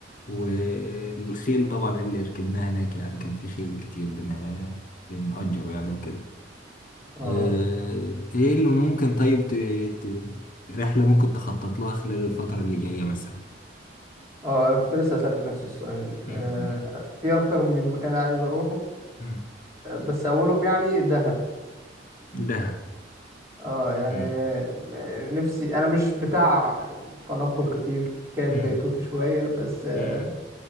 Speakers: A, on the left (about 50°); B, on the right (about 15°).
A: والخيل طبعا اللي ركبناه هناك يعني كان في خيل كتير بن- بنأجره يعني وكده
B: اه
A: آه، ايه اللي ممكن طيب ت... ت... رحلة ممكن تخطط لها خلال الفترة اللي جاية مثلا
B: اه انا كنت لسه اسالك نفس السؤال آه
A: مم.
B: في اكتر من مكان عايز اروحه
A: مم.
B: آه، بس اولهم يعني دهب
A: دهب
B: اه يعني
A: مم.
B: آه، نفسي انا مش بتاع تنقل كتير كان
A: مم.
B: بيتوتي شويه بس آه
A: مم.